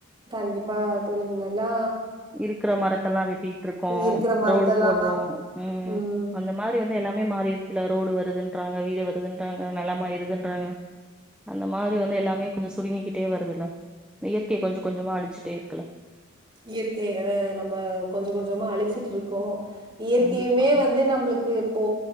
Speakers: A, on the right (about 25°); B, in the centre.
A: கண்டிப்பா தெலுங்குலல்லா
B: இருக்கிற மரத்தெல்லாம் வெட்டிட்டு இருக்கோம்
A: இருக்கிற மரத்தெல்லா
B: ரோடு போடுறோம் உம்
A: ம்
B: அந்த மாதிரி வந்து எல்லாமே மாறிடுச்சுல ரோடு வருதுன்றாங்க வீடு வருது நல்லமா இருதுன்றாங்க அந்த மாதிரி வந்து எல்லாமே கொஞ்சம் சுருங்கிக்கிட்டே வருதுல்ல இயற்கைய கொஞ்சம் கொஞ்சமா அழிஞ்சுட்டே இருக்கல
A: இயற்கை ஆஹ் நம்ம கொஞ்சம் கொஞ்சமா அழிச்சிட்டு இருக்கோம் இயற்கையுமே
B: கண்டிப்பா.
A: வந்து நம்மளுக்கு இப்போ